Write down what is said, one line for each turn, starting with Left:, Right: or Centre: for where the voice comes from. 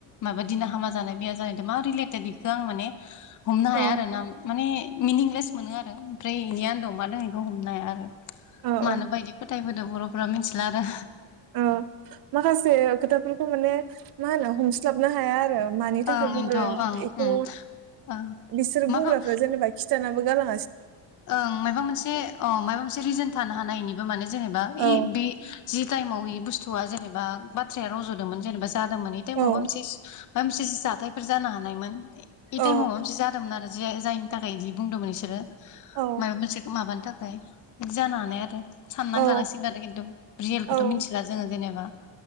Left: माबा दिना हामा जानाय बेैया जानायद मा रिलेटेद बेखौ आं माने हमनो
Right: औ
Left: हाया आरोना माने मिनिंलेस मोनो आ रो ओमफ्राय इनि आन्दआव मा दों इखो हमनो हाया आरो।
Right: औ
Left: मानो
Right: औ
Left: बायदि फोथायबोदों बर' मिथिला आरो।
Right: औ माखासे खोथाफोरखौ माने मा होनो हमस्लाबनो हाया आरो। मानि थाखाय
Left: ओं
Right: बुंदों
Left: इनोथ' ओं
Right: एखौ
Left: ओं ओं
Right: बिसोर बुंग्राफ्रा
Left: माबा
Right: जेनेबा खिथाना नाबो गालां
Left: ओं मायबा मोनसे ओं मायबा मोनसे रिजोन थानो हानाय इनिबो माने जेनेबा
Right: औ
Left: इ बि जि टाइमाव इ बुस थुआ जेनेब बाथ्राया रजदोंमोन जेनेबा जादोंमोन इ टाइमाव
Right: औ
Left: माबा मोनसे माबा मोनसे जाथाय फोर जानो हानायमोन इ
Right: औ
Left: टाइमाव माबा मोनसे जादोंमोन आरो। जि जायनि थाखाय इदि बुंदोंमोन इसोरो। मायबा
Right: औ
Left: मोनसेखो माबानो था खाय बिदि जानो हानाय आरो। साननानै
Right: औ
Left: लानांसिगोन आरो खिन्थु रियेलखौथ
Right: औ
Left: मिथिला जोंङो जेनेबा।